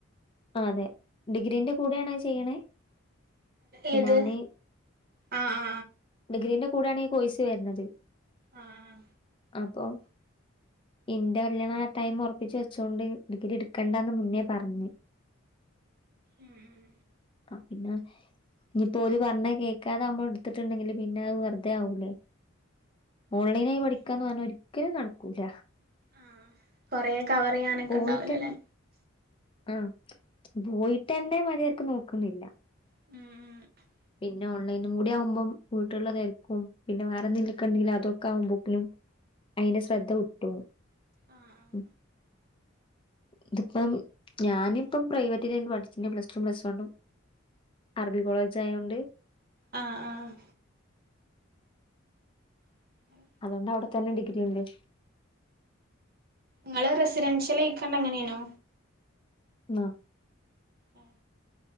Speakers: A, on the left (about 25°); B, on the right (about 45°).
A: ആഹ് അതെ ഡിഗ്രീന്റെ കൂടെ ആണേ ചെയ്യ്ണേ പ്പ
B: ഏത്
A: ഞാന്
B: ആ ആ
A: ഡിഗ്രീന്റെ കൂടേണ് ഈ കോഴ്സ് വരുന്നത്
B: ആഹ്
A: അപ്പം ഇന്റെ കല്യാണം ആ ടൈമ് ഒർപ്പിച്ച് വെച്ചോണ്ട് ഡിഗ്രി എടുക്കണ്ടാന്ന് മുന്നേ പറഞ്ഞ് <unintelligible>
B: ഉം
A: അപിന്നാണേ ഇനിപ്പോര് പർഞ്ഞ കേക്കാതെ നമ്മളടുത്തിട്ടുണ്ടെങ്കില് പിന്നെ അത് വെർതെ ആവൂലേ ഓൺലൈനായി പഠിക്കാന്ന് പർഞ്ഞാ ഒരിക്കലും നടക്കൂല
B: ആഹ് കൊറേ കവറെയ്യാനക്കെ
A: പോയിട്ടെൻ
B: ണ്ടാവൂലല്ലേ
A: ആഹ് പോയിട്ടന്നെ മരിയാതിക്ക് നോക്കുന്നില്ല
B: <unintelligible>
A: പിന്നോൺലൈനും കൂടി ആവുമ്പം വീട്ടിൽള്ള തെരക്കും പിന്നെ വേറെന്തെങ്കിൽക്കണ്ടെങ്കിൽ അതൊക്കെയാകുമ്പോക്കിനും അയിന്റ ശ്രദ്ധ വിട്ടോവും
B: ആഹ് ആഹ്
A: ഉം ഇതിപ്പം ഞാനിപ്പം പ്രൈവറ്റിലേ നി പഠ്ച്ചിനെ പ്ലസ് ടും പ്ലസ് വണ്ണും അറബിക്കോളേജായോണ്ട്
B: ആഹ് ആഹ് <inaudible>
A: അതോണ്ട് അവ്ട്ത്തന്നെ ഡിഗ്രി ഇല്ലേ
B: ഇങ്ങള് റെസിഡൻഷ്യലയ്ക്കാണ്ട് അങ്ങനേനോ
A: ന്ന
B: ഏഹ്